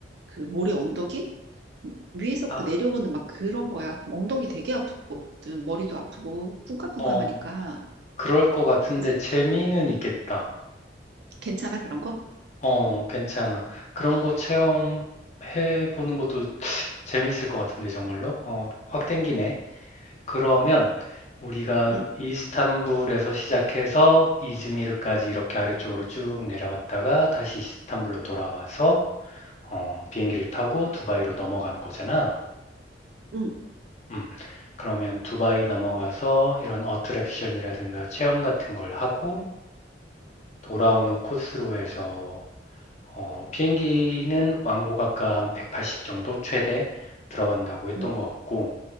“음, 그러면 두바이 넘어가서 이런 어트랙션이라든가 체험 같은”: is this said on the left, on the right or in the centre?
Left